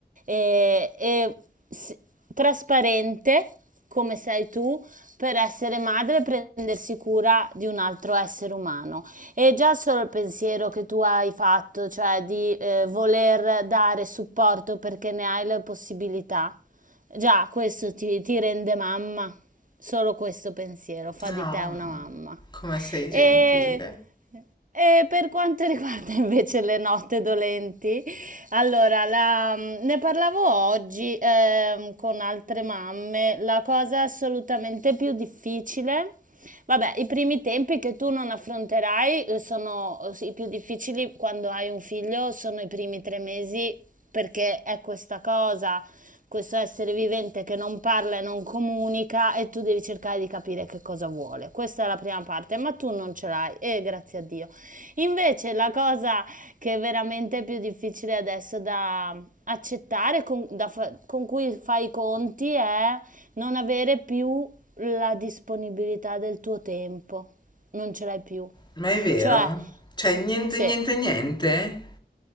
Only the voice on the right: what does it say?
e, e s- trasparente come sei tu per essere madre e prendersi cura di un altro essere umano. E già solo il pensiero che tu hai fatto, cioè di eh, voler dare supporto perché ne hai le possibilità, già questo ti, ti rende mamma. Solo questo pensiero fa
di te una mamma.
E e per quanto <laughs> riguarda invece le note dolenti, allora la mhmm, ne parlavo oggi, ehm, con altre mamme, la cosa assolutamente più difficile vabbè, i primi tempi che tu non affronterai, uhm, sono, uhm, s i più difficili quando hai un figlio sono i primi 3 mesi perché è questa cosa, questo essere vivente che non parla e non comunica e tu devi cercare di capire che cosa vuole. Questa è la prima parte, ma tu non ce l'hai e grazie a Dio. Invece la cosa che è veramente più difficile adesso da accettare, con, da fa- con cui fai i conti, è non avere più la disponibilità del tuo tempo. Non ce l'hai più.
Cioè,
se